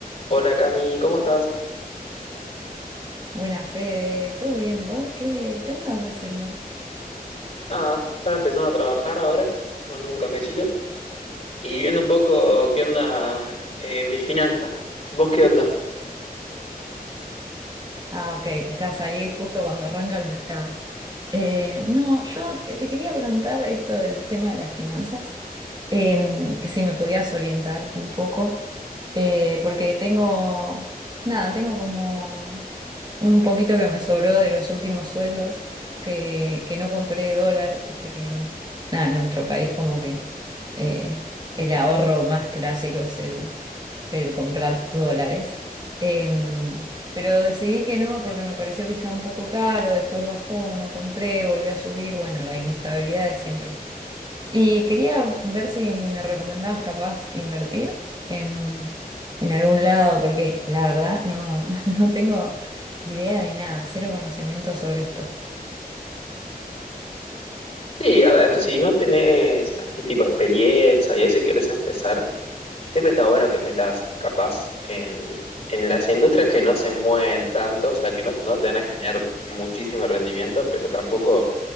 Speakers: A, on the left; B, on the right.
A: Hola Cami, ¿cómo estás?
B: Buena Fede, ¿todo bien vos? ¿Qué, qué andabas haciendo?
A: Nada, estaba empezando a trabajar ahora, tomando un cafecito y viendo un poco qué onda eh, mis finanzas. ¿Vos qué onda?
B: Ah, ok, estás ahí justo cuando arranca el mercado. Eh, no, yo te, te quería preguntar esto del tema de las finanzas, eh, si me podías orientar un poco, eh, porque tengo, nada, tengo como un poquito que me sobró de los últimos sueldos, que, que no compré dólar, viste que en, nada, en nuestro país como que eh, el ahorro más clásico es el, el comprar dólares. Em, pero decidí que no porque me pareció que estaba un poco caro, después bajó, no compré, volvió a subir, bueno, la inestabilidad de siempre. Y quería ver si me recomendabas capaz invertir en, en algún lado, porque la verdad no, <laughs> no tengo idea de nada, cero conocimiento sobre esto.
A: Sí, a ver, si no tenés así tipo experiencia y eso y querés empezar, siempre está bueno que metas capaz en, en las industrias que no se mueven tanto, o sea, que no, no te van a generar muchísimo rendimiento, pero tampoco